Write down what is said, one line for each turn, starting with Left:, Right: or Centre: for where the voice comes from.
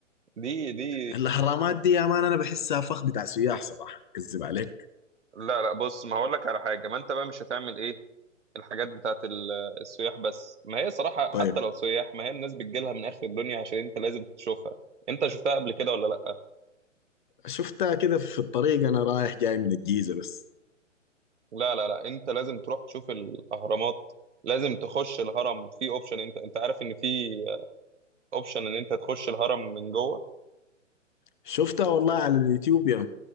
Right: دي دي
Left: الحرامات دي يا مان انا بحسها فخ بتاع سياح صراحه كذب عليك
Right: لا لا بص ما هقول لك على حاجة ما انت بقى مش هتعمل ايه الحاجات بتاعت ال- السياح بس ما هي صراحة
Left: طيب
Right: حتى لو سياح ما هي الناس بتجيلها من آخر الدنيا عشان انت لازم تشوفها انت شفتها قبل كده ولا لا
Left: شفتها كده في الطريق انا رايح جاي من الجيزه بس
Right: لا لا لا انت لازم تروح تشوف الأهرامات لازم تخش الهرم في اوبشن انت انت عارف ان في اوبشن ان انت تخش الهرم من جوه
Left: شفتها والله على اليوتيوب يا مان.